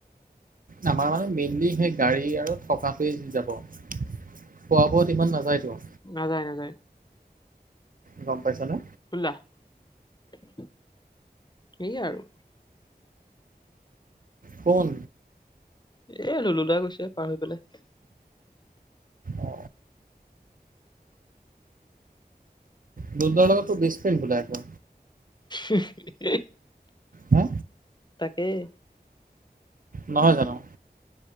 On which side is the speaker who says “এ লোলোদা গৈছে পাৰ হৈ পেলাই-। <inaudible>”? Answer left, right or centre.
Left